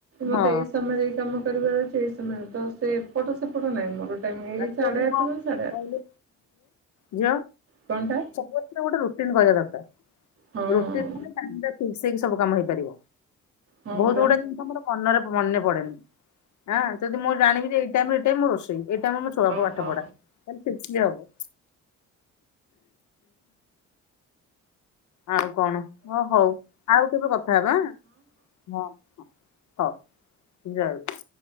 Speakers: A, on the right (about 50°); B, on the left (about 70°).
A: ମତେ
B: ହଁ
A: ଏଇ ସମୟରେ ଏଇ କାମ କରିବାର ଅଛି ଏଇ ସମୟରେ ତ ସେ ଏପଟ ସେପଟ ନାହିଁ ମୋର। ଟାଇମ୍ ଏଇ
B: ଆସିବା
A: ସାଢ଼େ
B: ପାଇଁ
A: ଆଠରୁ ସାଢ଼େ ଆଠ
B: କଣ କହିଲି ଝିଅ
A: କଣଟା
B: ଗୋଟେ ରୁଟିନ କରିବା ଦରକାର
A: ହଁ
B: ରୁଟିନକୁ ଟାଇମରେ ମିସେଇକି ସବୁ କାମ ହେଇପାରିବ।
A: ହଁ
B: ବହୁତ
A: ପରା
B: ଗୁଡିଏ ଜିନିଷମୋର ମନରେ ମନେ ପଡେନିଁ ଆ ଯଦି ମୁଁ ଜାଣିବି ଯେ ଏଇ ଟାଇମ ରେ ଏଇଟାଇମ ରୋଷେଇ ଏଇ ଟାଇମ ଛୁଆଙ୍କୁ
A: ଓହୋ
B: ପାଠ ପଢ଼ା ମାନେ ଖୁସୀ ଆଉ। ଆଉ କଣ ଓ ହଉ ଆଉ କେବେ କଥା ହବା ହଁ ହ। ହଉ ଜୟ